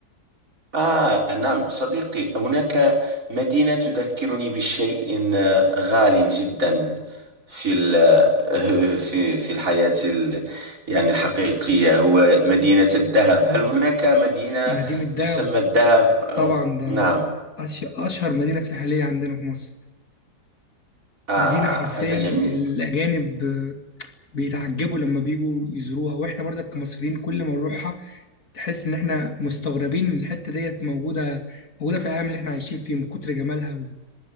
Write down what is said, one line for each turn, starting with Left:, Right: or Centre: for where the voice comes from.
Right: آه نعم صديقي هناك مدينة تذكرني بشيء آه، غال جدا في ال- <laughs> في في الحياة ال- يعني الحقيقية هو مدينة الذهب هل هناك مدينة
Left: مدينة دهب
Right: تسمى الذهب أو-
Left: طبعا ده
Right: نعم
Left: أش- اشهر مدينة ساحلية عندنا في مصر
Right: آه
Left: مدينة حرفيا
Right: هذا جميل
Left: الاجانب بيتعجبوا لما بيجوا يزوروها واحنا برضك كمصريين كل ما نروحها تحس ان احنا مستغربين ان الحتة ديت موجودة موجودة في العالم اللي احنا عايشين فيه من كتر جمالها